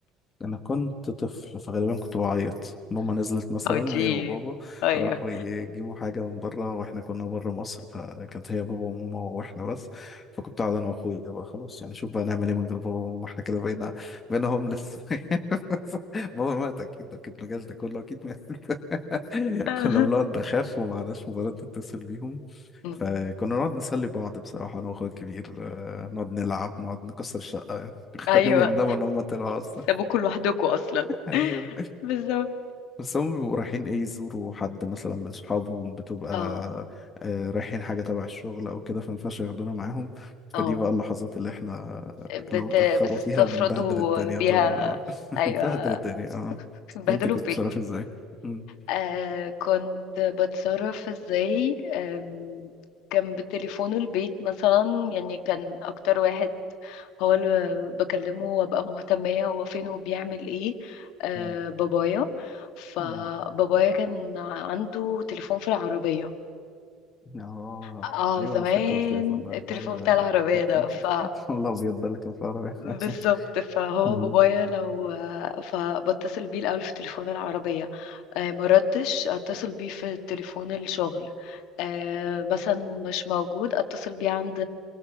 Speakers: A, on the left (about 20°); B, on the left (about 65°).
A: انا كنت طفل فغالبا كنت بعيط ماما نزلت مثلا
B: او جي
A: هي وبابا
B: ايوه
A: راحوا يجيبوا حاجه من بره واحنا كنا بره مصر فكانت هي بابا وماما واحنا بس فكنت قاعد انا واخويا بقى خلاص يعني شوف بقى نعمل ايه من غير بابا وماما احنا كده بقينا بقينا هوملس <laughs> بابا مات اكيد اكيد ما جاش ده كله اكيد مات <laughs>
B: <laughs>
A: كنا بنقعد نخاف ومعناش موبايلات نتصل بيهم
B: مم.
A: فكنا نقعد نسلي بعض بصراحه انا واخويا الكبير آه، نقعد نلعب نقعد نكسر الشقه <laughs> نخليهم
B: ايوه
A: يندموا ان هم طلعوا اصلا
B: سابوكوا لوحدكم اصلا
A: ايوه
B: بالظبط
A: بس هم بيبقوا رايحين ايه يزوروا حد مثلا من صحابهم بتبقى
B: اه
A: آه، رايحين حاجه تبع الشغل او كده فمينفعش ياخدونا معاهم
B: اه
A: فدي بقى اللحظات اللي احنا
B: بت...
A: لو اتاخروا
B: بتستفردوا
A: فيها بنبهدل الدنيا
B: بيها
A: طبعا آه. <laughs>
B: ايوه
A: بنبهدل الدنيا اه
B: بتبهدلوا
A: انت كنت
B: البيت
A: بتصرفي ازاي؟ مم.
B: آه كنت بتصرف ازاي آم، كان بتليفونه البيت مثلا يعني كان اكتر واحد هو اللي بكلمه وابقى مهتمية هو فين وبيعمل ايه آه
A: مم.
B: بابايا فبابايا
A: مم.
B: كان عنده تليفون في العربية
A: اه
B: اه
A: ايوه
B: زمان
A: انا فاكر التليفون ده
B: التليفون
A: ايوه
B: بتاع
A: ايوه
B: العربية
A: <laughs>
B: ده ف
A: والله ابيض ده اللي كان في العربية <laughs>
B: بالظبط فهو
A: مم.
B: بابايا لو فبتصل بيه الأول في تليفون العربية آه، ما ردش اتصل بيه في تليفون الشغل آه، مثلا مش موجود اتصل بيه عند